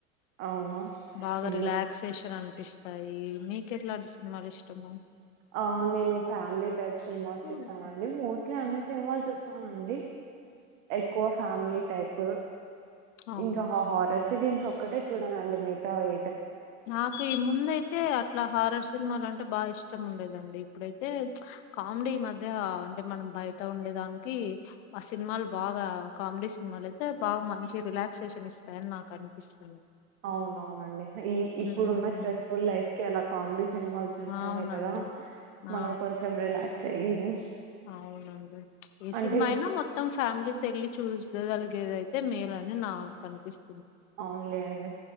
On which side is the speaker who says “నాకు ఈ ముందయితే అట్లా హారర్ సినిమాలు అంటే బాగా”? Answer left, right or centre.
Left